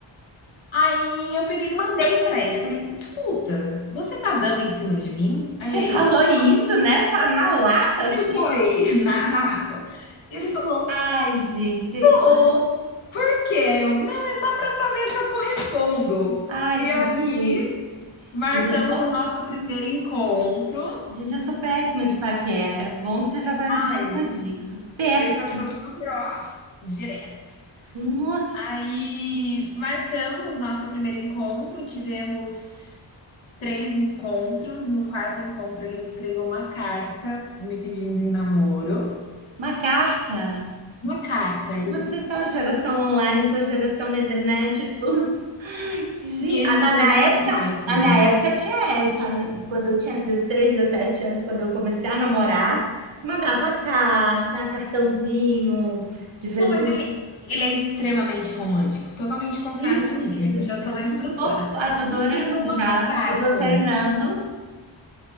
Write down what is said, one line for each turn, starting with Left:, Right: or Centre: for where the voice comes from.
Left: Aí eu peguei e mandei pra ele, eu falei: "Escuta, você tá dando em cima de mim?"
Right: Você
Left: Aí ele:
Right: falou isso nessa na lata assim?
Left: eu fui <laughs> Na na lata. E Ele falou:
Right: Ai, gente.
Left: "Tô. Por quê?" Aí eu: "Não, é só pra saber se eu correspondo".
Right: Ai,
Left: E
Right: que
Left: aí,
Right: fofo.
Left: marcamos
Right: Gente, eu sou,
Left: o nosso primeiro encontro.
Right: gente, eu sou péssima de paquera. Bom que você já vai me dando
Left: Ai,
Right: umas dicas. Sou péssima.
Left: eu já sou super, ó, direto.
Right: Nossa,
Left: Aí marcamos nosso primeiro encontro, tivemos três encontros. No quarto encontro, ele me escreveu uma carta me pedindo em namoro.
Right: uma carta.
Left: Uma carta, ele-
Right: Vocês são a geração online, são a geração da internet, e tudo. <laughs> Que gi-
Left: e ele
Right: A
Left: me
Right: da
Left: escreveu
Right: minha
Left: uma
Right: época,
Left: carta.
Right: na minha época tinha essa. né? Quando eu tinha 16, 17 anos, quando eu comecei a namorar, mandava carta, cartãozinho de feliz
Left: Não, mas ele, ele é extremamente romântico, totalmente contrário
Right: Gente
Left: de mim, né?
Right: do
Left: Que eu já
Right: céu,
Left: sou mais
Right: que
Left: brutona.
Right: fofo. Ai, tô adorando
Left: Ele escreveu uma
Right: já.
Left: carta.
Right: Doutor Fernando,